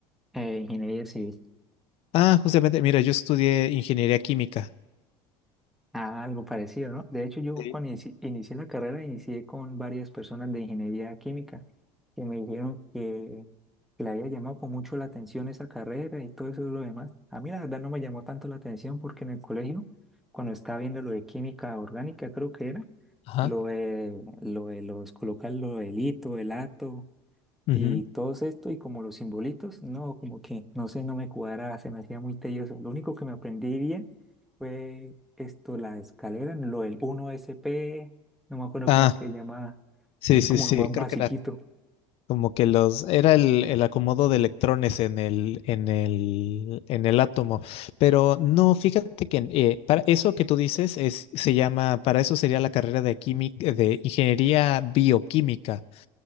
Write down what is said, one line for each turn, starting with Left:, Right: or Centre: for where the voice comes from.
Centre: eh, ingeniería civil.
Left: Ah, justamente, mira, yo estudié ingeniería química.
Centre: Ah, algo parecido, ¿no? De hecho, yo
Left: Sí.
Centre: cuando inici- inicié la carrera, inicié con varias personas de ingeniería química que me dijeron que, que le había llamado con mucho la atención esa carrera y todo eso y lo demás. A mí la verdad no me llamó tanto la atención porque en el colegio, cuando estaba viendo lo de química orgánica, creo que era,
Left: Ajá.
Centre: lo de, lo de los colocar lo del hito, el ato.
Left: Ujú.
Centre: Y todo esto y como los simbolitos, no, como que no sé, no me cuadra, se me hacía muy tedioso. Lo único que me aprendí bien fue esto, la escalera, lo del 1SP, no me acuerdo
Left: Ah,
Centre: cómo es que se llama,
Left: sí,
Centre: que es
Left: sí,
Centre: como
Left: sí,
Centre: lo más
Left: creo
Centre: basiquito.
Left: que era como que los, era el, el acomodo de electrones en el, en el, en el átomo. Pero no, fíjate que eh, para eso que tú dices es, se llama, para eso sería la carrera de química, de ingeniería bioquímica.